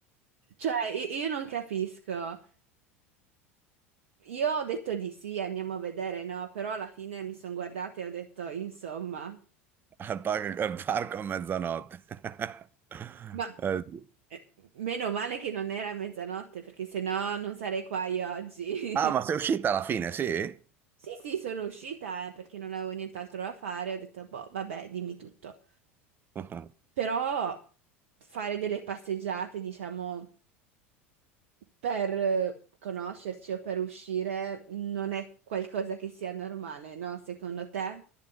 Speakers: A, on the right (about 60°); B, on the right (about 30°).
A: Cioè, i- io non capisco. Io ho detto di sì, andiamo a vedere, no? Però alla fine mi sono guardata e ho detto, insomma.
B: Al par- al parco, a mezzanotte. <laughs>
A: Ma
B: Eh, sì.
A: eh, meno male che non era mezzanotte, perché sennò non sarei qua io oggi.
B: Ah, ma
A: <laughs>
B: sei uscita alla fine, sì?
A: Sì, sì, sono uscita, eh, perché non avevo nient'altro da fare. Ho detto, boh, vabbè, dimmi tutto.
B: <laughs>
A: Però fare delle passeggiate, diciamo, per eh, conoscerci o per uscire non è qualcosa che sia normale, no? Secondo te?